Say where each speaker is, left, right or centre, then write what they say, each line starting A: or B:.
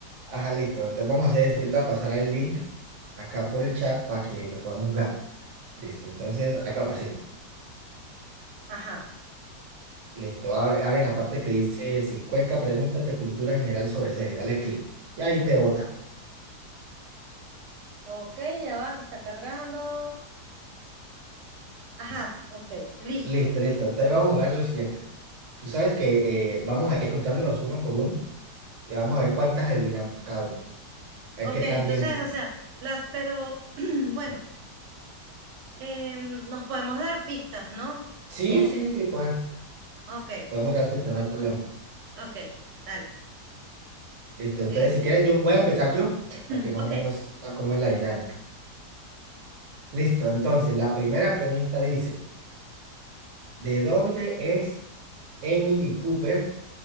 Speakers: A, on the right; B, on the right.
A: Ajá, listo. Entonces vamos a hacer eso. Yo te voy a pasar el link acá por el chat para que lo podamos jugar. Listo, entonces ahí lo pasé.
B: Ajá.
A: Listo, abre, abre la parte que dice 50 preguntas de cultura general sobre series. Dale clic. Y ahí te bota.
B: Ok, ya va, que está cargando. Ajá, ok, listo.
A: Listo, listo. Entonces vamos a jugar lo siguiente. Tú sabes que eh, vamos a ir preguntándonos uno por uno y vamos a ver cuántas adivinamos cada uno. A ver
B: Ok,
A: qué tan
B: entonces,
A: bien estamos.
B: o sea, las, pero, <clears throat> bueno, em, nos podemos dar pistas, ¿no?
A: Sí,
B: Oh,
A: sí, sí, pues
B: ok,
A: podemos dar pista, no hay problema.
B: ok, dale.
A: Listo, entonces
B: Eh,
A: si quieres yo voy a empezar yo
B: <clears throat>
A: para que más
B: ok,
A: o menos sepas cómo es la dinámica. Listo, entonces la primera pregunta dice, ¿de dónde es Emily Cooper,